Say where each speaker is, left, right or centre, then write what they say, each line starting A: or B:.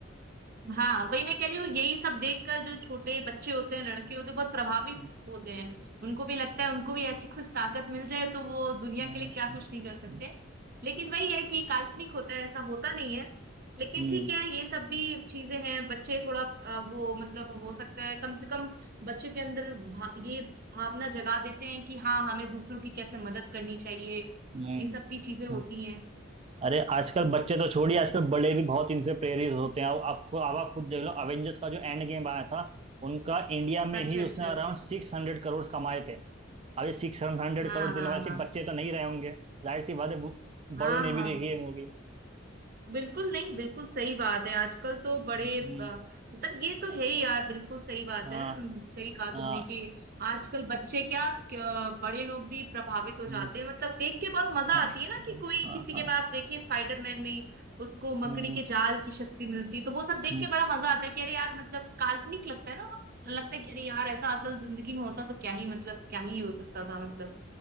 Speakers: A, on the right (about 50°); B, on the right (about 30°).
A: हाँ वही मैं कह रही हूँ यही सब देखकर जो छोटे बच्चे होते हैं लड़के होते हैं बहुत प्रभावित
B: हम्म
A: होते हैं उनको भी लगता है उनको भी ऐसी कुछ ताकत मिल जाए तो वो दुनिया
B: हम्म
A: के लिए
B: हम्म
A: क्या कुछ नहीं कर सकते
B: हम्म,
A: लेकिन वही है कि काल्पनिक होता है ऐसा होता नहीं है लेकिन
B: हम्म,
A: ठीक है ये सब भी चीजें हैं बच्चे थोड़ा अ, वो मतलब हो सकता है कम से कम बच्चे के अंदर भा, ये भावना जगा देते हैं कि हाँ हमें दूसरों की कैसे मदद करनी चाहिए
B: हम्म,
A: ये सब भी चीजें होती
B: हम्म।
A: हैं
B: अरे आजकल बच्चे तो छोड़िए आजकल बड़े भी बहुत इनसे प्रेरित होते हैं आप आपको अब आप खुद देख लो अवेंजर्स का जो एंड गेम आया था उनका इंडिया में
A: अच्छा
B: ही
A: अच्छा
B: उसने अराउंड सिक्स हंड्रेड करोड़ कमाए थे अब ये सिक्स हंड्रेड
A: हाँ
B: करोड़ देने
A: हाँ
B: वाले सिर्फ
A: हाँ
B: बच्चे तो नहीं रहे होंगे जाहिर सी बात है बु-
A: हाँ
B: बड़ों ने भी
A: हाँ
B: देखी है मूवी
A: बिल्कुल नहीं बिल्कुल सही बात है आजकल तो बड़े
B: हम्म
A: अ, मतलब ये तो है ही यार बिल्कुल सही बात
B: हाँ
A: है हम्म, सही कहा
B: हाँ
A: तुमने कि आजकल बच्चे क्या, क्या बड़े लोग भी प्रभावित हो
B: हम्म,
A: जाते हैं मतलब देख के बहुत मजा
B: हाँ
A: आती है ना कि
B: हाँ
A: कोई
B: हाँ
A: किसी के
B: हाँ,
A: बाद आप देखिए स्पाइडरमैन में ही उसको
B: हम्म,
A: मकड़ी के जाल की शक्ति मिलती है तो वो सब देख
B: हम्म,
A: के बड़ा मजा आता है कि अरे यार मतलब काल्पनिक लगता है ना वो सब लगता है कि अरे यार ऐसा असल जिंदगी में होता तो क्या ही मतलब क्या ही हो सकता था मतलब